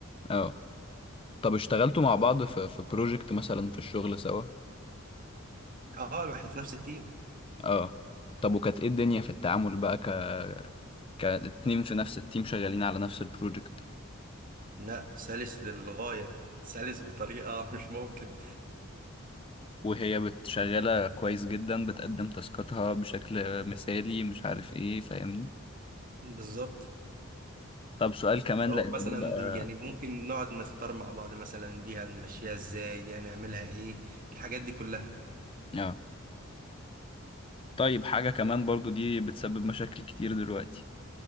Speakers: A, on the left; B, on the right.
A: اه طب اشتغلتوا مع بعض في في بروجكت مثلا في الشغل سوا
B: اه ما احنا في نفس التيم
A: اه طب وكانت ايه الدنيا في التعامل بقى ك كاتنين في نفس التيم شغالين على نفس البروجكت
B: لا سلس للغاية سلس بطريقة <laughs> مش ممكن
A: وهي بتشغلة كويس جدا بتقدم تاسكاتها بشكل مثالي مش عارف ايه فاهمني
B: بالظبط
A: طب سؤال كمان
B: لو
A: لان
B: مثلا
A: ده بقى
B: دي- يعني ممكن نقعد نختار مع بعض مثلا دي هنمشيها ازاي دي هنعملها ايه الحاجات دي كلها
A: اه طيب حاجة كمان برضو دي بتسبب مشاكل كتير دلوقتي